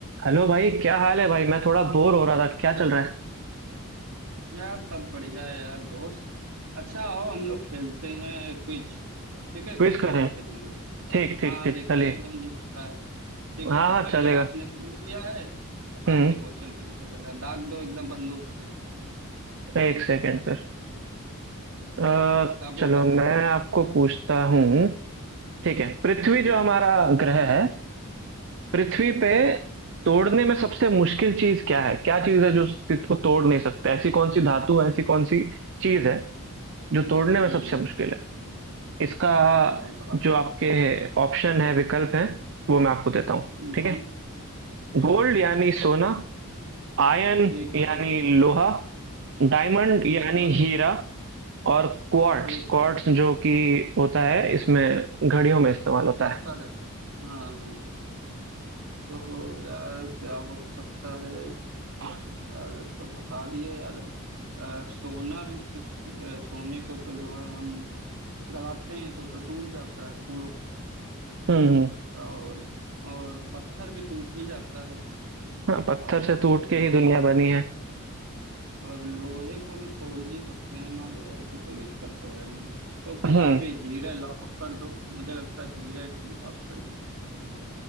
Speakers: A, on the right (about 55°); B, on the right (about 70°).
A: Hello भाई क्या हाल है भाई मैं थोड़ा बोर हो रहा था क्या चल रहा है
B: यार सब बढ़िया है यार दोस्त अच्छा आओ हम लोग खेलते हैं क्विज ठीक है
A: क्विज
B: क्विज
A: करें
B: वाला खेलेंगे
A: ठीक ठीक
B: हाँ हाँ
A: ठीक
B: देखते
A: चलिए
B: हैं कौन जीतता है ठीक
A: हाँ
B: है तो
A: हाँ
B: पहले
A: चलेगा
B: आपने शुरू किया है तो आप
A: हम्म
B: ही क्वेश्चन पूछो पहला दाग दो एकदम बंदूक से
A: एक सेकंड फिर अ,
B: दागो
A: चलो
B: दागो
A: मैं आपको पूछता हूँ ठीक है पृथ्वी
B: हम्म हम्म,
A: जो हमारा ग्रह है पृथ्वी
B: ठीक
A: पे
B: है
A: तोड़ने में सबसे मुश्किल चीज क्या है क्या चीज है जो इसको तोड़ नहीं सकते ऐसी कौन सी धातु है ऐसी कौन सी चीज है जो तोड़ने में
B: हम्म
A: सबसे मुश्किल है इसका
B: यार बड़ा
A: जो आपके ऑप्शन है विकल्प है वो मैं आपको देता हूँ
B: हम्म
A: ठीक
B: हम्म,
A: है
B: ठीक
A: गोल्ड
B: है
A: यानी सोना आयन
B: ठीक
A: यानी
B: है
A: लोहा डायमंड यानी
B: ठीक है
A: हीरा और क्वार्ट्स
B: ठीक
A: क्वार्ट्स
B: है
A: जो कि होता है इसमें घड़ियों में इस्तेमाल होता
B: पत्थर
A: है
B: है हाँ हाँ तो यार क्या हो सकता है
A: हम्म
B: यार ये तो फंसा दिए यार अ, सोना भी कुछ अ, सोने को तो जो है हम गलाते हैं तो तो टूट जाता है सुनो
A: हम्म,
B: और और पत्थर भी टूट ही जाता है
A: हाँ पत्थर
B: और
A: से टूट के
B: लो
A: ही दुनिया बनी है
B: और लोहे को भी तोड़ ही सकते हैं मान लो ऐसी कोई दिक्कत तो है नहीं तो फिर
A: हम्म
B: यार भी हीरा लॉक कर दो मुझे लगता है हीरा ठीक ऑप्शन है